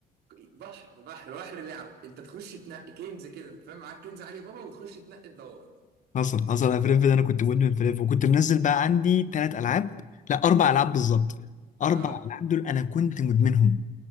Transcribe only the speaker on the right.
بحر بحر بحر لعب انت تخش تنقي كنز كده فاهم معاك كنز علي بابا وتخش تنقي تدور
اه